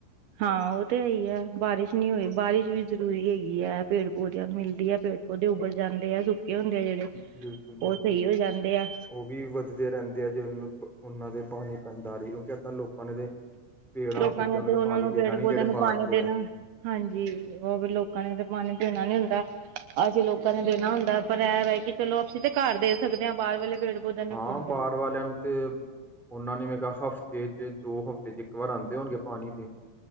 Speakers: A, on the right; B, in the centre.
A: ਹਾਂ ਔਹ ਤੇ ਹੈ ਈ ਐ, ਬਾਰਿਸ਼ ਨਈ ਹੋਈ, ਬਾਰਿਸ਼ ਵੀ ਜ਼ਰੂਰੀ ਹੈਗੀ ਐ, ਪੇੜ ਪੌਦਿਆਂ ਨੂੰ ਮਿਲਦੀ ਹੈ ਪੇੜ ਉਹਦੇ ਉਬਰ ਜਾਂਦੇ ਆ, ਸੁੱਕੇ ਹੁੰਦੇ ਐ ਜੇਅੜੇ,
B: ਬਿਲਕੁਲ ਬਿਲਕੁਲ
A: ਉਹ ਸਈ ਹੋ ਜਾਂਦੇ ਐ।
B: ਉਹ ਵੀ ਵੱਧਦੇ ਰਹਿੰਦੇ ਐ, ਜੇ ਉਹਨਾਂ ਪ ਔਨ੍ਹਾਂ ਦੇ ਪਾਣੀ ਪੈਂਦਾ ਰਏ, ਕਿਉਂਕਿ ਇੱਦਾਂ ਲੋ ਉਅਨਾਂ ਦੇ, ਪੇੜਾਂ
A: ਲੋਕਾਂ
B: ਪੌਦਿਆਂ
A: ਨੇ
B: ਨੂੰ ਤੇ
A: ਉਹਨਾਂ
B: ਪਾਣੀ
A: ਪੇੜ
B: ਦੇਣਾ ਨੀ
A: ਪੌਦਿਆਂ
B: ਜੇਅੜੇ
A: ਨੂੰ
B: ਬਾਰ
A: ਪਾਣੀ
B: ਦੇ
A: ਦੇਣਾ
B: ਐ।
A: ਹਾਂਜੀ, ਉਹ ਫੇਰ ਲੋਕਾਂ ਨੇ ਤੇ ਪਾਣੀ ਦੇਣਾ ਨੀ ਹੁੰਦਾ। ਅਸੀਂ ਲੋਕਾਂ ਨੇ ਦੇਣਾ ਹੁੰਦਾ ਏ, ਪਰ ਏਹ ਵੇ ਕਿ ਚਲੋ ਅਸੀਂ ਤੇ ਕਾਰ ਦੇ ਸਕਦੇ ਆ, ਬਾਹਰ ਵਾਲੇ ਪੇੜ ਪੌਦਿਆਂ ਨੂੰ
B: ਹਾਂ,
A: ਕੌਣ ਦੇ
B: ਬਾਰ ਵਾਲੇਆਂ ਨੂੰ ਤੇ ਉਹਨਾਂ ਨੇ ਮੈਂ ਕਿਆ ਹਫ਼ਤੇ ਚ, ਦੋ ਹਫ਼ਤੇ ਚ ਇੱਕ ਵਾਰ ਆਂਦੇ ਹੋਣਗੇ ਪਾਣੀ ਪੀਣ।